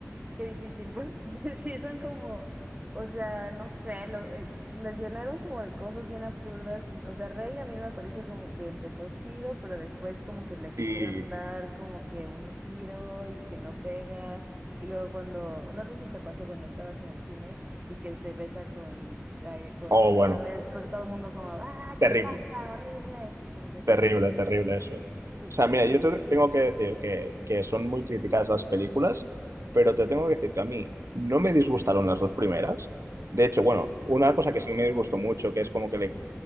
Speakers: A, on the right; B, on the right.
A: Qué difícil, porque <laughs> sí son como, o sea, no sé, lo, eh, lo llenaron como de cosas bien absurdas. O sea, Rey a mí me parece como que empezó chido, pero después como que le quisieron
B: Y,
A: dar como que un giro y que no pega. Y luego cuando, no sé si te pasó cuando estabas en el cine y que se besa con, Ky- con
B: oh,
A: Kylo,
B: bueno,
A: es como que todo el mundo como, ah,
B: terrible.
A: ¿qué pasa? Horrible, así como que todo
B: Terrible,
A: el mundo
B: terrible eso. O
A: sufriendo.
B: sea, mira, yo te tengo que decir que, que son muy criticadas las películas, pero te tengo que decir que a mí no me disgustaron las dos primeras. De hecho, bueno, una cosa que sí me disgustó mucho, que es como que le...